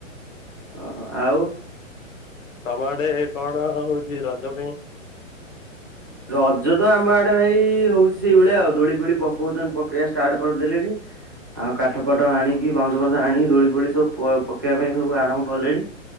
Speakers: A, on the right; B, on the left.
A: ଅ ଆଉ
B: ତମ ଆଡେ କଣ ହଉଚ ରଜ ପାଇଁ
A: ରଜ ତ ଆମ ଆଡେ ଭାଇ ହଉଛି ସେଇଭଳିଆ ଆଉ ଦୋଳି ଫୋଳି ପକଉଛନ୍ତି ପକେଇବା ଷ୍ଟାର୍ଟ କରିଦେଲେଣି ଆଉ କାଠ ପାଠ ଆଣିକି ବାଉଁଶ ଫଉଁସ ଆଣିକି ଦୋଳି ଫୋଳି ସବୁ ପକେଇବା ପାଇଁ ସବୁ ଆରମ୍ଭ କଲେଣି